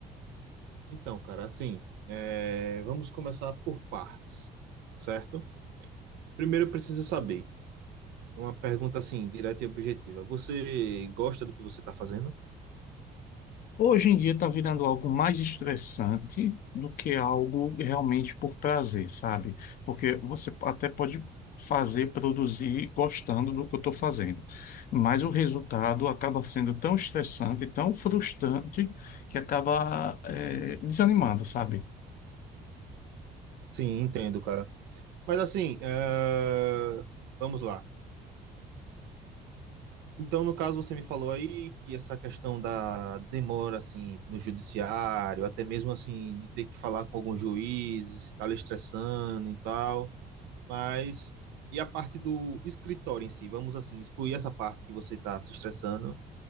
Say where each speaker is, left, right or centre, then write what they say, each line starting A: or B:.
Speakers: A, on the right (about 85°); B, on the left (about 60°).
A: Então, cara, assim, é, vamos começar por partes, certo? Primeiro eu preciso saber, uma pergunta assim, direta e objetiva. Você gosta do que você tá fazendo?
B: Hoje em dia está virando algo mais estressante do que algo realmente por prazer, sabe? Porque você até pode fazer, produzir gostando do que eu estou fazendo, mas o resultado acaba sendo tão estressante, tão frustrante, que acaba eh, desanimando, sabe?
A: Sim, entendo, cara. Mas assim, é, vamos lá. Então, no caso, você me falou aí que essa questão da demora, assim, no judiciário, até mesmo, assim, de ter que falar com algum juiz, estar lhe estressando e tal, mas e a parte do escritório em si? Vamos, assim, excluir essa parte que você está se estressando